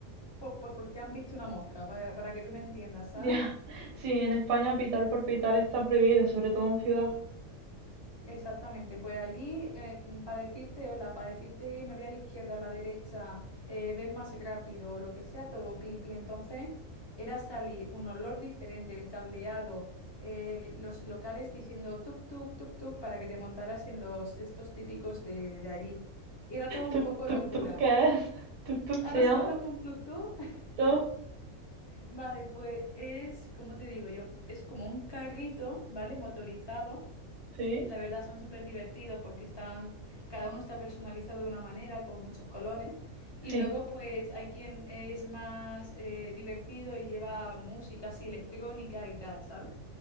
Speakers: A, on the left (about 30°); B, on the right (about 70°).
A: pues, pues porque han visto una mosca, para, para que tú me entiendas,
B: <laughs>
A: ¿sabes?
B: ya. Sí, en España pitar por pitar está prohibido, sobre todo en ciudad.
A: Exactamente, pues allí para decirte, hola, para decirte me voy a la izquierda, a la derecha, eh, ven más rápido, lo que sea, todo pipi. Entonces era salir un olor diferente, el cableado, eh, los locales diciendo tuk tuk tuk tuk para que te montaras en los estos típicos de, de allí. Y era todo un
B: ¿Tuk
A: poco
B: tuk
A: locura.
B: tuk qué es? ¿Tuk tuk
A: Ah,
B: se
A: ¿no
B: llama?
A: sabes lo que es un tuk tuk? <laughs>
B: ¿No?
A: Vale, pues es, ¿cómo te digo yo? Es como un carrito, ¿vale? Motorizado
B: ¿Sí?
A: la verdad son súper divertidos porque están, cada uno está personalizado de una manera, con muchos colores. Y
B: Sí,
A: luego pues hay quien es más eh, divertido y lleva música así electrónica y tal, ¿sabes?